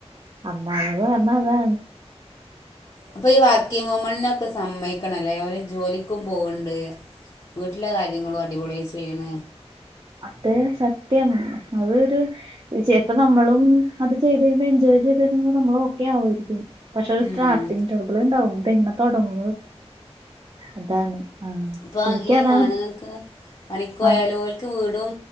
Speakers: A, on the right; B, on the left.
A: അമ്മ അവാ എന്നണതാ
B: അപ്പൊ ഈ വർക്കിംഗ വുമണിനൊക്കെ സമ്മയിക്കണ അല്ലേ അവര് ജോലിക്കും പോവണ്ട് വീട്ടിലെ കാര്യങ്ങളും അടിപൊളി ചെയ്യണ
A: അത സത്യം അതൊരുപ്പ നമ്മളും അത് ചെയ്ത് കഴിയുമ്പോ എൻജോയ് ് നമ്മൾ ക്കെ ആരിക്കും പക്ഷെ ഒരു
B: ഉം
A: സ്റ്റാർട്ടി് ടബിൾ ഉണ്ടാവും ഇതെങ്ങനെ തുടങ്ങ അതാണ് ആ
B: ഇപ്പം
A: എനിക്കതാണ്
B: ഈ ആണുങ്ങൾക്ക് പണക്ക്പോയാലും
A: ആ
B: ഓല്ക്ക് വീടും